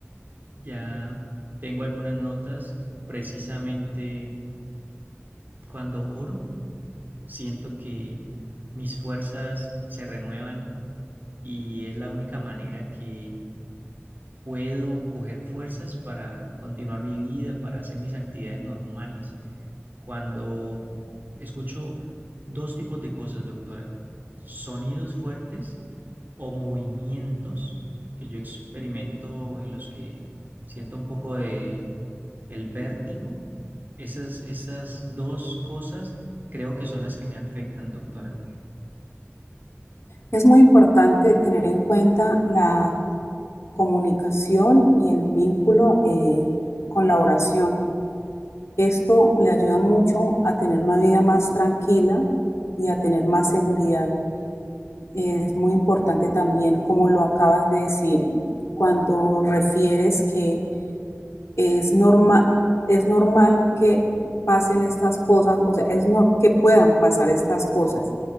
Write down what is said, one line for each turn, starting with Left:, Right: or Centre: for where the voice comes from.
Right: Ya tengo algunas notas. Precisamente cuando oro, siento que mis fuerzas se renuevan y es la única manera que puedo coger fuerzas para continuar mi vida, para hacer mis actividades normales. Cuando escucho dos tipos de cosas, doctora, sonidos fuertes o movimientos que yo experimento en los que siento un poco de el vértigo, esas, esas dos cosas creo que son las que me afectan, doctora.
Left: Es muy importante tener en cuenta la comunicación y el vínculo eh, con la oración. Esto le ayuda mucho a tener una vida más tranquila y a tener más seguridad. Es muy importante también, como lo acabas de decir, cuando refieres que es normal, es normal que pasen estas cosas, o sea, es no, que puedan pasar estas cosas.